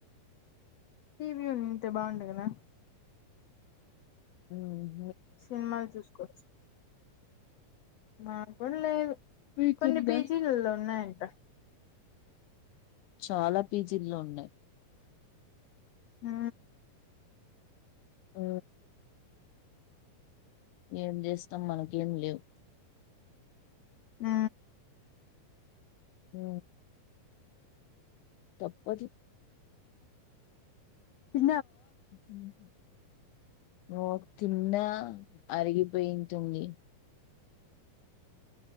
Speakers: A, on the left (about 70°); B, on the left (about 80°).
A: టీవీ ఉంటే బాగుండ కదా
B: ఉ
A: సినిమాలు చూసుకోవచ్చు మా కూడా లేదు
B: మీకుందా
A: కొన్ని పీజీలలో ఉన్నాయంట
B: చాలా పీజీల్లో ఉన్నాయి
A: ఆ
B: ఆ ఏం చేస్తాం మనకేం లేవు
A: ఆ
B: హ తప్పది
A: అ
B: ఉమ్, ఓ తిన్నా అరిగిపోయంటుంది